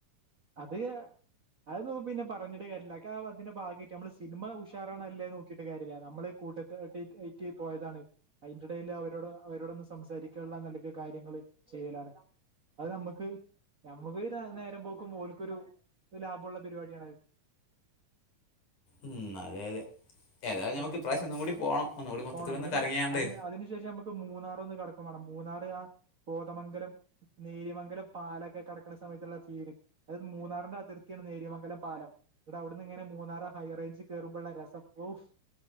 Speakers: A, on the right; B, on the left.
A: അതെയാ അത് നോ പിന്നെ പറഞ്ഞിട്ട് കാര്യല്ല അതൊക്കെ അതിന്റെ ഭാഗയിട്ട് നമ്മള് സിനിമ ഉഷാറാ ണോ ഇല്ലേന്ന് നോക്കീട്ട് കാര്യല്ല നമ്മള് കൂട്ടത്തയ്റ്റ് പോയതാണ് അയ്ന്റെ എടയിൽ അവരോട് അവരോടൊന്ന് സംസാരിക്ക ള്ള നിലക്ക് കാര്യങ്ങള് ചെയ്യലാണ് അത് നമ്മക്ക് നമ്മവീട് നേരം പോ ഓൽക്കൊരു ലാഭമുള്ള പരിപാടിയാണത്
B: ഉം അതെയ് അതെ ഏതായാലും നമുക്ക്
A: അത്
B: ഇപ്രാവശം ഒന്നും കൂടി പോണം ഒന്നുകൂടി മൊത്തത്തിൽ
A: പോണം
B: ഒന്ന്
A: എന്നിട്ട്
B: കറങ്ങിയാണ്ട്
A: അത് അതിനുശേഷം നമ്മ,, ക്ക് മൂന്നാറൊന്ന് കടക്കും വാണം മൂന്നാറ് ആഹ് കോതമംഗലം നേര്യമംഗലം പാലൊക്കെ കടക്കണ സമയത്തുള്ള ഫീല് അത് മൂന്നാറിന്റെ അതിർത്തിയാണ് നേര്യമംഗലം പാലം ഇന്നിട്ട് അവിടുന്ന് ഇങ്ങനെ മൂന്നാറ് ഹൈ റേഞ്ച് കേറുമ്പോൾ ഉള്ള രസം ഓഹ്